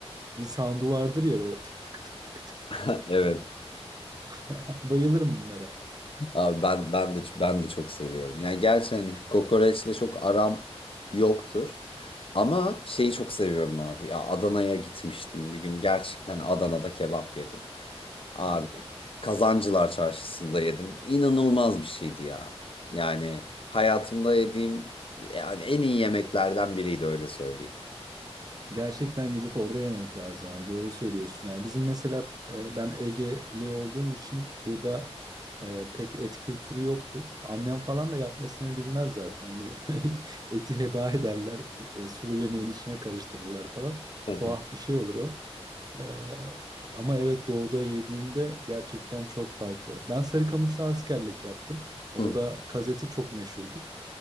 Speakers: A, on the right (about 35°); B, on the left (about 55°).
A: bir sound'u vardır ya böyle tık tık tık tık tık tık
B: <laughs>
A: tık.
B: evet.
A: tık. <laughs> Bayılırım bunlara.
B: Abi ben ben de ben de çok seviyorum. Yani gerçi hani kokoreçle çok aram yoktur. Ama şeyi çok seviyorum abi. Ya Adana'ya gitmiştim bir gün. Gerçekten Adana'da kebap yedim. Abi
A: Of.
B: Kazancılar Çarşısı'nda yedim. İnanılmaz bir şeydi ya. Yani hayatımda yediğim yani en iyi yemeklerden biriydi öyle söyleyeyim.
A: Gerçekten gidip orada yemek lazım abi. Doğru söylüyorsun. Yani bizim mesela e, ben Egeli olduğum için burada e, pek et kültürü yoktur. Annem falan da yapmasını bilmez zaten. Hani <laughs> eti heba ederler. e, sulu yemeğin içine karıştırırlar falan.
B: Hı
A: Tuhaf bir şey olur o. E, ama evet doğuda yediğinde gerçekten çok farklı. Ben Sarıkamış'ta askerlik yaptım. Orada
B: hı.
A: kazeti çok meşhurdur.